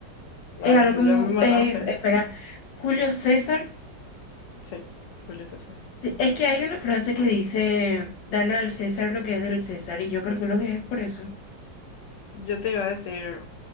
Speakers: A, on the left; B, on the left.
A: es
B: Ay,
A: algo
B: eso
A: como,
B: ya me mataste.
A: eh, espera, Julio César,
B: Sí, Julio César.
A: es que hay una frase que dice, dale al César lo que es del César, y yo calculo que es por eso.
B: Yo te iba a decir